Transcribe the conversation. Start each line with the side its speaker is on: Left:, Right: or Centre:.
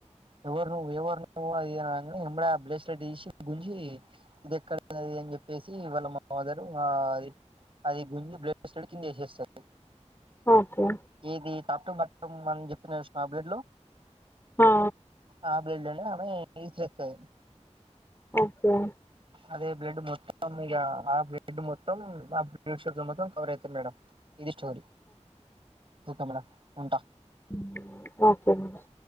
Right: ఎవరు నువ్వు ఎవరు నువ్వు అది ఇది అనంగనే ఎమ్మటే ఆ బ్లేస్ లైట్ తీసి గుంజి ఇది ఎక్కడిది అది ఇది అని చెప్పేసి వాళ్ళ మదర్ అది అది గుంజి బ్లేస్ లైట్ కింద వేసేస్తది
Left: ఓకే
Right: ఇది తట్టుబట్ట మనం చెప్పిన చూ ఆ బ్లడ్ లో
Left: ఆ
Right: ఆ బ్లడ్ లేనే ఆమె విసిరేస్తది
Left: ఓకే
Right: అదే బ్లడ్ మొత్తం ఇగ ఆ బ్లడ్ మొత్తం <unintelligible> షుగర్ మొత్తం కవర్ అవుతది మేడం ఇది స్టోరీ ఓకే మేడం ఉంటా
Left: హు ఓకే మరి